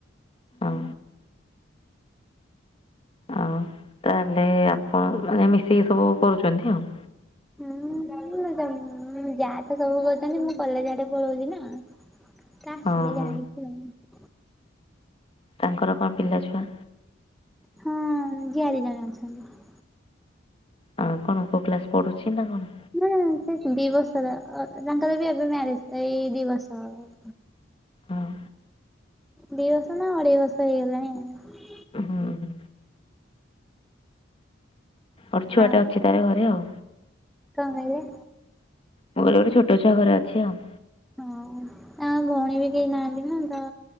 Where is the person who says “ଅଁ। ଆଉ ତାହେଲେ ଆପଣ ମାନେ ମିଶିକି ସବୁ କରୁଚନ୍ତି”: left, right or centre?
Left